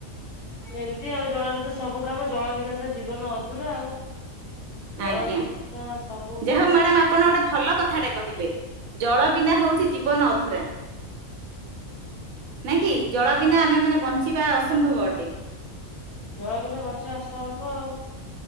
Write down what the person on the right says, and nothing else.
ଆଜ୍ଞା
ଯାହା ହଉ ମ୍ୟାଡାମ ଆପଣ ଗୋଟେ ଭଲ କଥାଟେ କହିଲେ ଜଳ ବିନା ହଉଛି ଜୀବନ ଅଧୁରା। ନାଇଁ କି ଜଳ ବିନା ଆମେ ମାନେ ବଞ୍ଚିବା ଅସମ୍ଭବ ଅଟେ।